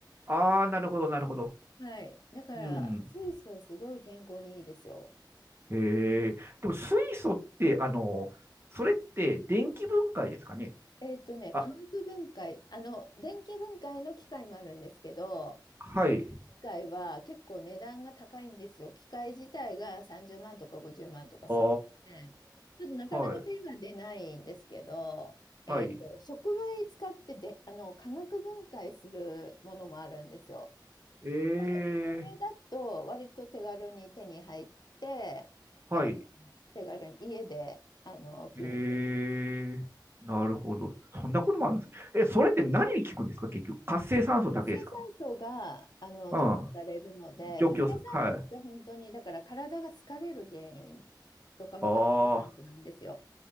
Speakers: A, on the right; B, on the left.
A: ああ、なるほど、なるほど。
B: はい。だから水素すごい健康にいいですよ。
A: うん。へえ。でも、水素って、あの、それって電気分解ですかね
B: えっとね、化学分解、
A: あ、
B: あの、電気分解の機械もあるんですけど、
A: はい。
B: 電気分解は結構値段が高いんですよ。機械自体が30万とか50万とかするので、
A: あ
B: ちょっとなかなか手が出ないんですけど、
A: あ、はい。
B: えっと、
A: はい。
B: 触媒使ってで、あの、化学分解するものもあるんですよ。
A: ええ、
B: で、それだと割と手軽に手に入って、
A: はい。
B: あの手軽に家であの吸入できる。
A: ええ、なるほど。そんなこともあるんです。え、それって何に効くんですか結局。活性酸素だけですか
B: 活性酸素があの除去されるので、
A: うん。除去す。
B: 活性酸素って本当に、
A: はい。
B: だから体が疲れる原因とかも活性酸素なんですよ。
A: ああ、